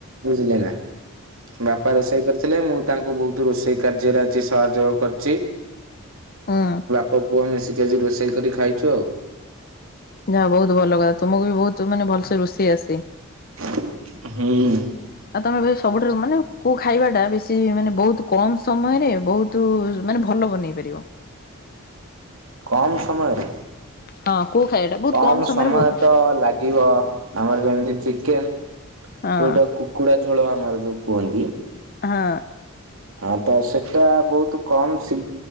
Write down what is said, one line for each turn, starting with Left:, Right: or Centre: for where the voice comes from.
Right: ବୁଝିଲେ ନା? ବାପା ରୋଷେଇ କରି ଥିଲେ ମୁଁ ତାଙ୍କୁ ବୋହୁତ ରୋଷେଇ କାର୍ଯ୍ୟରେ ଆଜି ସହଯୋଗ କରିଚି।
Left: ହଁ।
Right: ମୋ ପୁଅ ମିଶିକି ଆଜି ରୋଷେଇ କରି ଖାଇଛୁ ଆଉ।
Left: ଯାହଉ ବହୁତ ଭଲ କଥା ତୁମକୁ ବି ବହୁତ ମାନେ ଭଲସେ ରୋଷେଇ ଆସେ।
Right: ହୁଁ
Left: ଆଉ ତମେ ଭାଇ ସବୁଠାରୁ ମାନେ କୋଉ ଖାଇବାଟା ବେଶୀ ମାନେ ବହୁତ କମ୍ ସମୟରେ ବହୁତ ତୁ ମାନେ ଭଲ ବନେଇ ପାରିବ?
Right: କମ୍ ସମୟରେ?
Left: ହଁ କୋଉ ଖାଇବାଟା? ବହୁତ
Right: କମ୍
Left: କମ ସମୟରେ
Right: ସମୟ
Left: ବହୁତ
Right: ତ ଲାଗିବ ଆମର ଯେମିତି ଚିକେନ୍।
Left: ହଁ
Right: ଯୋଉଟା କୁକୁଡ଼ା ଝୋଳ ଆମର ଯୋଉ କୁହନ୍ତି?
Left: ହଁ
Right: ହଁ ତ ସେଟା ବହୁତ କମ୍ ଶୀ